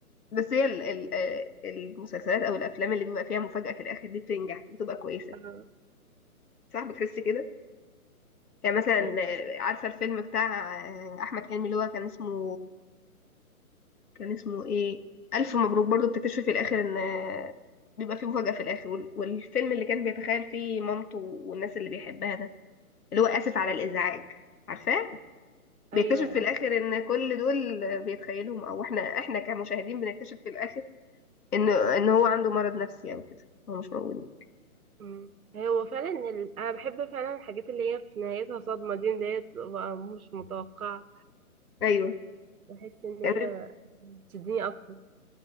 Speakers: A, on the left; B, on the right.
A: بس هي ال... ال... آه، المسلسلات أو الأفلام اللي بيبقى فيها مفاجأة في الآخر دي بتنجح بتبقى كويسة
B: آه،
A: صح بتحس كده يعني مثلا
B: أنت-
A: آه، عارفة الفيلم بتاع آه، أحمد حلمي اللي هو كان اسمه كان اسمه ايه الف مبروك برضو بتكتشفي في الاخر ان بيبقى فيه مفاجأة في الاخر وال- والفيلم اللي كان بيتخيل فيه مامته والناس اللي بيحبها ده اللي هو اسف على الازعاج عارفاه بيكتشف
B: ايوه
A: في الاخر ان كل دول بيتخيلهم او احنا احنا كمشاهدين بنكتشف في الاخر ان ان هو عنده مرض نفسي او كده هو مش موجود
B: أمم. هو فعلا ال... انا بحب فعلا الحاجات اللي هي في نهايتها صدمه دي اللي هي بتبقى مش متوقعه
A: ايوه
B: بحس ان
A: كان
B: هي بتشدني اكتر